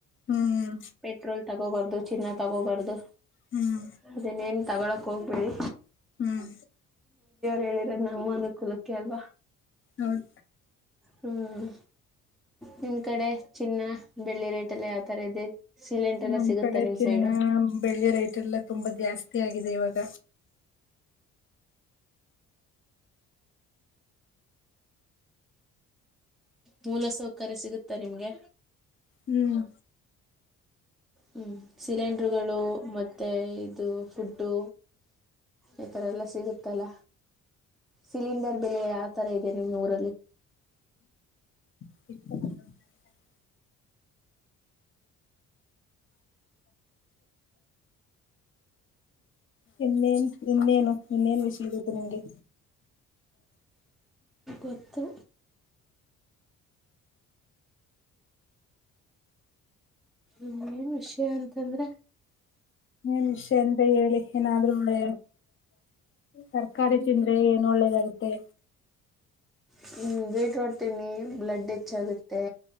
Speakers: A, on the left; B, in the centre.
A: ಹ್ಮ್
B: ಪೆಟ್ರೋಲ್ ತಗೋಬಾರ್ದು ಚಿನ್ನ ತಗೋಬರ್ದು
A: ಹ್ಮ್
B: ಅದನೆನ್ ತಗೋಳಕೆ ಹೋಗ್ಬೇಡಿ.
A: ಹ್ಮ್
B: ಹೇಳಿರದ್ನಾ ನಮ್ಮ ಒಂದು ಕುಲಕ್ಕೆ ಅಲ್ವಾ
A: ಹೌದು
B: ಹ್ಮ್ ನಿಮ್ ಕಡೆ ಚಿನ್ನ ಬೆಳ್ಳಿ ರೇಟ್ ಎಲ್ಲ ಯಾವ್ ತರ ಇದೆ. ಸಿಲಿಂಡರ್ ಎಲ್ಲ
A: ನಮ್
B: ಸಿಗುತ್ತಾ
A: ಕಡೆ
B: ನಿಮ್
A: ಚಿನ್ನ
B: ಸೈಡು
A: ಬೆಳ್ಳಿ ರೇಟ್ ಎಲ್ಲ ತುಂಬಾ ಜಾಸ್ತಿ ಆಗಿದೆ ಇವಾಗ.
B: ಮೂಲ ಸೌಕರ್ಯ ಸಿಗುತ್ತಾ ನಿಮ್ಗೆ?
A: ಹ್ಮ್
B: ಹ್ಮ್ ಸಿಲಿಂಡ್ರುಗಳು ಮತ್ತೆ ಇದು ಹುಡ್ಡೋ ಆ ತರ ಎಲ್ಲ ಸಿಗುತ್ತಲ್ಲ ಸಿಲಿಂಡರ್ ಬೆಲೆ ಯಾವ ತರ ಇದೆ ನಿಮ್ ಊರಲ್ಲಿ?
A: <unintelligible> ಇನ್ನೇನ್ ಇನ್ನೇನು ಇನ್ನೇನ್ ವಿಷಯ ಇರುತ್ತೆ ನಿಂಗೆ
B: ಗೊತ್ತು ಇನ್ನೇನ್ ವಿಷಯ ಅಂತಂದ್ರೆ
A: ಏನ್ ವಿಷಯ ಅಂತ ಹೇಳಿ ಏನಾದ್ರೂಳ್ಳೆ ತರ್ಕಾರಿ ತಿಂದ್ರೆ ಏನ್ ಒಳ್ಳೇದಾಗುತ್ತೆ?
B: ಹ್ಮ್ ಬೀಟ್ರೂಟ್ ತಿನ್ನಿ ಬ್ಲಡ್ ಹೆಚ್ಚಾಗುತ್ತೆ